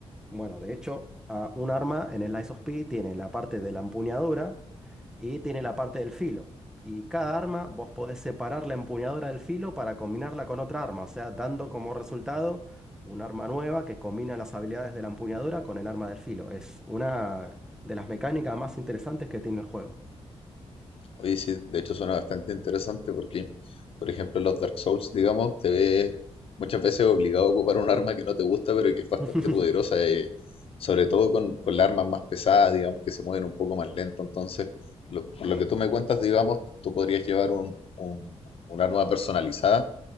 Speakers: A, in the centre; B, on the left.
A: Bueno, de hecho, a- un arma en el Lies of P tiene la parte de la empuñadura y tiene la parte del filo. Y cada arma vos podés separar la empuñadura del filo para combinarla con otra arma, o sea, dando como resultado un arma nueva que combina las habilidades de la empuñadura con el arma del filo. Es una de las mecánicas más interesantes que tiene el juego.
B: Oye, sí, de hecho suena bastante interesante porque, por ejemplo, en los Dark Souls, digamos, te ves muchas veces obligado a ocupar un arma que no te gusta, pero que es bastante
A: <laughs>
B: poderosa, eh, sobre todo con, con las armas más pesadas, digamos, que se mueven un poco más lento. Entonces, lo, por
A: Sí,
B: lo que tú me cuentas, digamos, tú podrías llevar un, un, un arma personalizada,